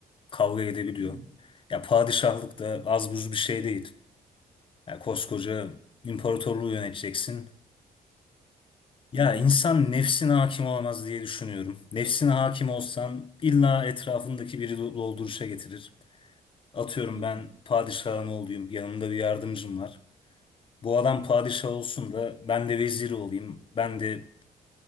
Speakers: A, on the left; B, on the right.
A: kavga edebiliyor.
B: Hı hı.
A: Ya padişahlık da az buz bir şey değil. Ya koskoca imparatorluğu yöneteceksin. Ya
B: Hı hı.
A: insan nefsine hakim olamaz diye düşünüyorum. Nefsine hakim olsan illa etrafındaki biri do- dolduruşa getirir. Atıyorum
B: Hı
A: ben
B: hı.
A: padişahın oğluyum, yanımda bir yardımcım var. Bu adam padişah olsun da ben de veziri olayım, ben de